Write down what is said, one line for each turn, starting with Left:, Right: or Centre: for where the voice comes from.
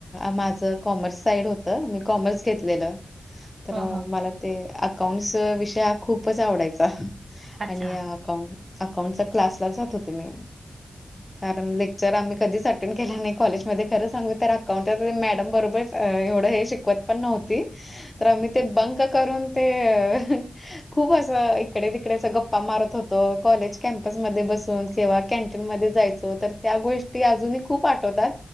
Left: माझं कॉमर्स साईड होतं मी कॉमर्स घेतलेलं.. तर
Right: हा हा
Left: मला ते अकाउंट्स विषय हा खूपच आवडायचा
Right: अच्छा
Left: आणि.. अकां अकाउंटचा क्लासला जात होते मी... कारण लेक्चर आम्ही कधीच अटेंड केला नाही. कॉलेज मध्ये खरं सांगू तर अकाउंट मॅडम बरोबर एवढं हे शिकवत पण नव्हती. तर आम्ही ते बंक करून ते अ खूप असं इकडे तिकडेच गप्पा मारत होतो कॉलेज कॅम्पसमध्येध्ये बसून किंवा कॅन्टीन मध्ये जायच. सो तर त्या गोष्टी अजूनही खूप आठवतात.